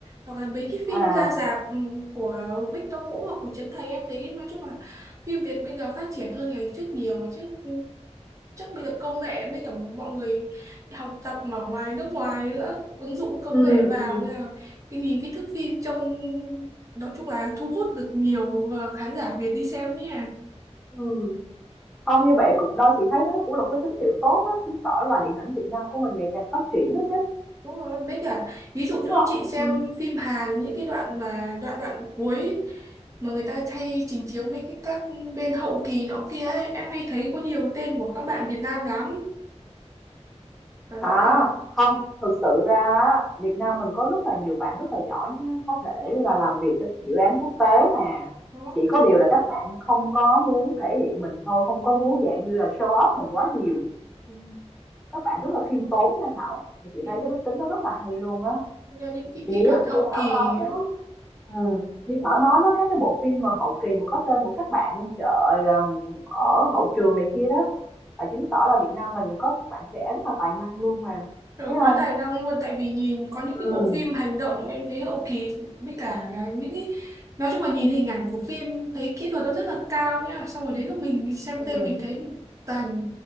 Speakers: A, on the right; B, in the centre.
A: hoặc là mấy cái phim
B: À,
A: ra rạp ừm, của Victor Vũ hoặc của Trấn Thành em thấy nói chung là phim Việt bây giờ phát triển hơn ngày trước nhiều ngày trước ừm, chắc bây giờ công nghệ với cả mọi người học tập ở ngoài nước ngoài nữa ứng dụng công
B: ừm,
A: nghệ vào
B: ừm,
A: nên là cái nhìn cái thước phim trông nói chung là thu hút được nhiều ờ, khán giả Việt đi xem nhé
B: ừm, không như vậy cũng đó chị thấy đó cũng là một cái tín hiệu tốt á, chứng tỏ là điện ảnh Việt Nam của mình ngày càng phát triển đó chứ,
A: Đúng rồi, với cả ví dụ
B: đúng
A: như
B: không?
A: chị xem
B: Ừ.
A: phim Hàn những cái đoạn mà đoạn đoạn cuối mà người ta hay trình chiếu mấy cái các bên hậu kỳ nọ kia ấy, em hay thấy có nhiều tên của các bạn Việt Nam lắm và
B: À,
A: rõ ràng
B: không, thực sự ra á, Việt Nam mình có rất là nhiều bạn rất là giỏi nha, có thể
A: đó,
B: là làm việc cho các dự án quốc tế nè.
A: đó.
B: Chỉ có điều là các bạn không có muốn thể hiện mình thôi, không có muốn dạng như là show off mình quá nhiều.
A: Ừ.
B: Các bạn rất là khiêm tốn nha Thảo. Mà Chị
A: Nên
B: thấy
A: là
B: cái đức tính đó rất là hay luôn á.
A: do những
B: Thì
A: cái kỹ
B: như,
A: thuật hậu
B: như Thảo
A: kỳ
B: nói đó, ừ. Như Thảo nói đó, các cái bộ phim mà hậu kỳ mà có tên của các bạn trời làm ở hậu trường này kia đó, là chứng tỏ là Việt Nam mình có bạn trẻ rất là tài năng luôn mà,
A: Rồi
B: thấy
A: quá
B: không?
A: tài năng luôn tại vì nhìn có những
B: Ừ.
A: cái bộ phim hành động em thấy hậu kỳ với cả là những cái nói chung là nhìn hình ảnh của phim thấy kỹ thuật nó rất là cao nhá xong rồi đến lúc mình đi xem
B: Ừm,
A: tên mình thấy toàn